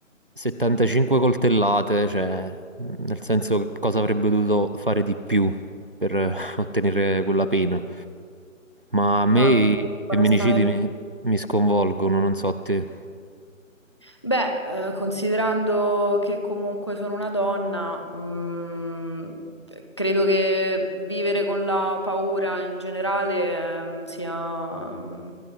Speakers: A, on the right; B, on the left.
A: 75 coltellate, cioè, nel senso che cosa avrebbe dovuto fare di più per eh, <laughs> ottenere quella pena. Ma a me
B: No, non
A: i
B: capisco,
A: femminicidi
B: onestamente.
A: mi, mi sconvolgono, non so a te.
B: Beh, eh, considerando che comunque sono una donna, mh, credo che vivere con la paura in generale, ehm, sia, mm,